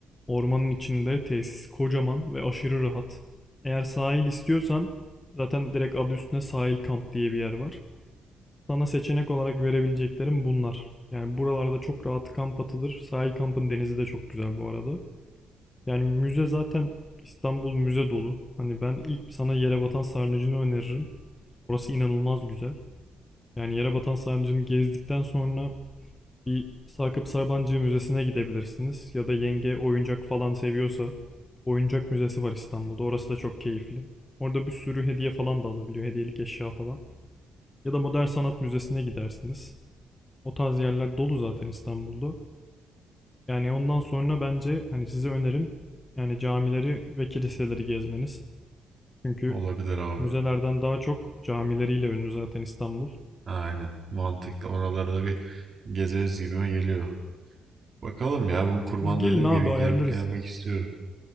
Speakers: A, on the left; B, on the right.
A: Ormanın içinde tesis kocaman ve aşırı rahat. Eğer sahil istiyorsan zaten direkt adı üstüne sahil kamp diye bir yer var. Sana seçenek olarak verebileceklerim bunlar. Yani buralarda çok rahat kamp atılır. Sahil kampın denizi de çok güzel bu arada. Yani müze zaten İstanbul müze dolu. Hani ben ilk sana yere batan sarnıcını öneririm. Orası inanılmaz güzel. Yani yere batan sarnıcını gezdikten sonra bir Sakıp Sabancı Müzesi'ne gidebilirsiniz ya da yenge oyuncak falan seviyorsa oyuncak müzesi var İstanbul'da. Orası da çok keyifli. Orada bir sürü hediye falan da alabiliyor, hediyelik eşya falan. Ya da Modern Sanat Müzesi'ne gidersiniz. O tarz yerler dolu zaten İstanbul'da. Yani ondan sonra bence hani size önerim yani camileri ve kiliseleri gezmeniz. Çünkü
B: Olabilir abi.
A: müzelerden daha çok camileriyle ünlü zaten İstanbul.
B: Aynen. Mantıklı. Oraları da bir gezeriz gibime geliyor. Bakalım ya bu kurban
A: Siz gelin
B: dediğim
A: abi
B: gibi
A: ayarlarız.
B: gel gelmek istiyorum.